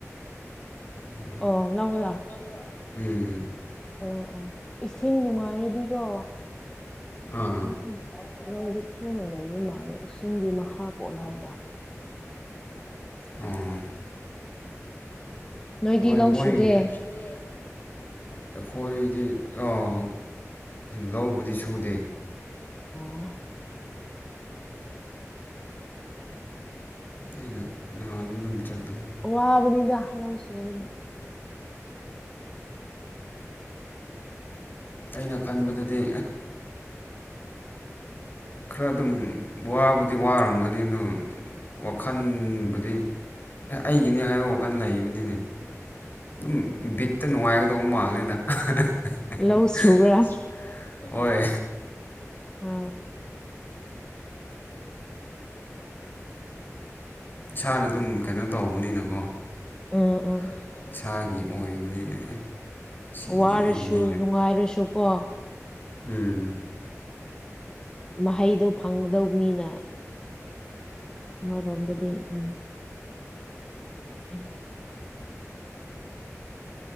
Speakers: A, on the left; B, on the left.
A: ꯎꯝ
B: ꯑꯣ ꯂꯧꯔꯥ
A: ꯑꯣ ꯂꯧ ꯔ ꯎꯝ
B: ꯑꯣ ꯑꯣ ꯏꯁꯤꯡ ꯅꯨꯡꯉꯥꯏꯔꯗꯤꯀꯣ
A: ꯑꯥ
B: <unintelligible> ꯂꯧꯗꯤ ꯊꯨꯅ ꯂꯣꯢꯕ ꯃꯜꯂꯦ ꯏꯁꯤꯡꯒꯤ ꯃꯈꯥ ꯄꯣꯜꯍꯟꯕ
A: ꯎꯝ
B: ꯅꯣꯏꯗꯤ
A: ꯍꯣꯏ
B: ꯂꯧ
A: ꯃꯣꯏ
B: ꯁꯨꯗꯦ
A: ꯂꯧꯁꯤꯡꯗꯤ꯫ ꯑꯩꯈꯣꯏꯗꯤ ꯑꯣ ꯂꯧꯕꯨꯗꯤ ꯁꯨꯗꯦ
B: ꯑꯣ
A: ꯑꯩꯅ ꯅꯍꯥꯟ ꯑꯗꯨꯝ ꯆꯠꯄꯗ
B: ꯋꯥꯕꯅꯤꯗ ꯂꯧ ꯁꯨꯕꯗꯤ
A: ꯑꯩꯅ ꯈꯟꯕꯗꯗꯤ ꯈꯔ ꯑꯗꯨꯝ ꯋꯥꯕꯨꯗꯤ ꯋꯥꯔꯝꯒꯅꯤ ꯑꯗꯣ ꯋꯥꯈꯟꯕꯨꯗꯤ ꯑꯩꯒꯤꯅꯦ ꯍꯥꯏꯕ ꯋꯥꯈꯜ ꯂꯩꯕꯅꯤꯅꯦ ꯑꯗꯨꯝ ꯕꯤꯠꯇ ꯅꯨꯡꯉꯥꯏꯒꯗꯧ ꯃꯥꯜꯂꯦꯗ <unintelligible> <unintelligible>
B: ꯂꯧ ꯁꯨꯕ꯭ꯔꯥ
A: ꯂꯧ ꯁꯨꯕꯔ ꯍꯣꯏ
B: ꯑ
A: ꯏꯁꯥꯅ ꯑꯗꯨꯝ ꯀꯩꯅꯣ ꯇꯧꯕꯅꯤꯅꯀꯣ
B: ꯎꯝ ꯎꯝ
A: ꯑ ꯑ ꯏꯁꯥꯒꯤ ꯑꯣꯏꯕꯅꯤꯅ ꯑꯦ ꯁꯤꯒꯤꯅꯤ
B: ꯋꯥꯔꯁꯨ
A: ꯑꯩꯒꯤꯅꯤ
B: ꯅꯨꯡꯉꯥꯏꯔꯁꯨ ꯀꯣ
A: ꯎꯝ
B: ꯃꯍꯩꯗꯣ ꯐꯪꯒꯗꯧꯅꯤꯅ ꯑꯃꯔꯣꯝꯗꯗꯤ ꯎꯝ ꯎ